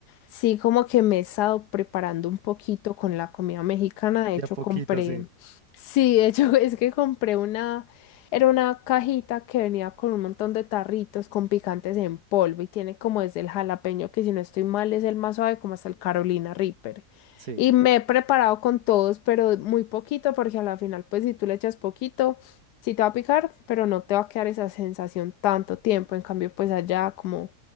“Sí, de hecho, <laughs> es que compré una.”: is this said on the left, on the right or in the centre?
Left